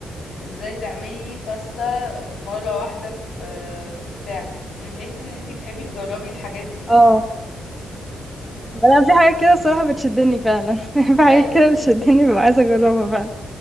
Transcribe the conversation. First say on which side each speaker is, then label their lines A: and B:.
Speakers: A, on the left; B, in the centre.
A: ازاي تعملي باستا مرة واحدة في في بتاع مش بتحسي ان انتي بتحبي تجربي الحاجات دي
B: اه لا في حاجات كده الصراحه بتشدني فعلا <laughs> في حاجات
A: ايوه
B: كده بتشدني ببقى عايزه اجربها فعلا